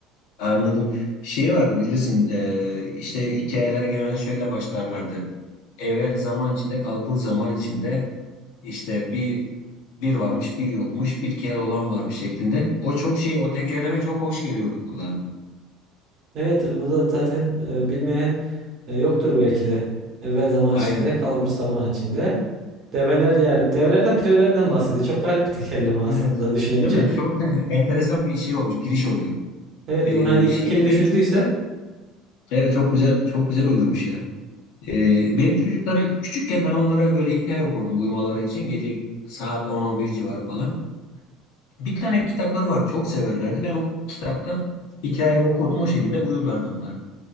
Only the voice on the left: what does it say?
Anladım. Şey vardı bilirsin e, işte hikayeler genelde şöyle başlarlardı. Evvel zaman içinde, kalbur zaman içinde işte bir bir varmış, bir yokmuş, bir kere olan varmış şeklinde. O çok şey, o tekerleme çok hoş geliyordu kulağa.
Aynen.
Evet.
Değil mi? Çok <laughs> enteresan bir şey olmuş, giriş oluyor.
E,
şeydi
benim çocuklar evet çok güzel çok güzel uydurmuş ya. Ee, benim çocukları küçükken ben onlara böyle hikaye okurdum uyumaları için. Gece saat 10-11 civarı falan. Bir tane kitapları vardı. Çok severlerdi. Ben o kitaptan hikaye okurdum. O şekilde uyurlardı onlar.